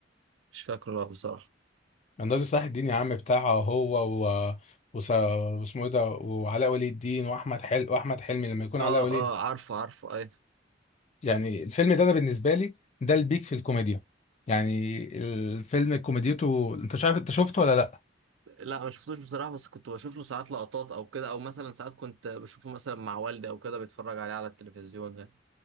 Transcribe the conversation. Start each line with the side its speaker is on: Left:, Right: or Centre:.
Right: مش فاكره لا بصراحة
Left: الناظر صلاح الدين يا عم بتاعه هو و... وس... واسمه ايه ده وعلاء ولي الدين واحمد حلمي واحمد حلمي لما يكون
Right: اه
Left: علاء ولي
Right: اه عارفه عارفه اي
Left: يعني الفيلم ده انا بالنسبه لي ده البيك في الكوميديا يعني الفيلم كوميديته انت مش عارف انت شفته ولا لا
Right: لا ما شفتوش بصراحة بس كنت بشوف له ساعات لقطات او كده او مثلا ساعات كنت بشوفه مثلا مع والدي او كده بيتفرج عليه على التلفزيون يعني